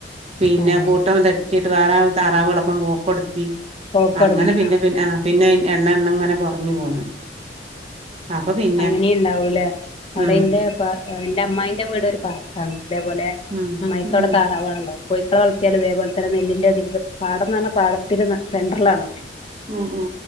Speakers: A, on the right; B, on the left.
A: പിന്നെ
B: ഏഹ്
A: കൂട്ടം തെ ചിട്ട് വേറെ താറാവാളപ്പം പോക്കൊടുത്തി
B: പൊകോടങ്ങി
A: അങ്ങനെ പിന്നെ പിന്നെ ആ പിന്നെ എണ്ണ എണ്ണ ഇങ്ങനെ കൊറഞ് പോന്ന് അപ്പൊ പിന്നെ
B: അങ്ങനെയ് ഇണ്ടാവൂല്ലേ അവിടെ
A: ഉം
B: ഇന്റെ എന്റെ അമ്മായിന്റെ വീട് ഒരു പാടത്താണ് അതേപോലെ
A: ഉം
B: അമ്മായിക്ക്
A: ഉം
B: അവിടെ താറാവാള്ണ്ട് കോഴിക്കളെ വളർത്തിയാല് ഇതേപോലെ തന്നെ നെല്ലിന്റെ എടീലും പാടംന്ന് പടത്തിന്റെ സെന്റർലാണ് അവര്
A: അ ആ